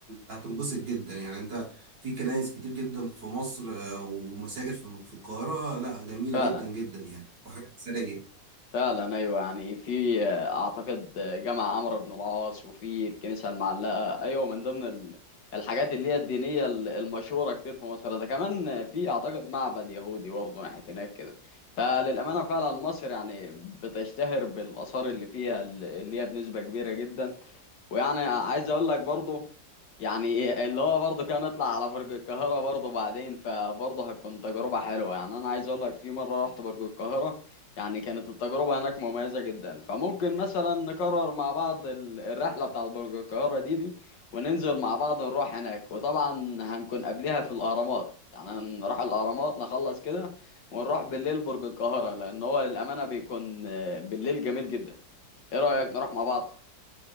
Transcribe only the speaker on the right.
هتنبسط جدا يعني انت في كنائس كتير جدا في مصر آه، ومساجد في في القاهره لا جميله
جدا جدا يعني وحاجات اثريه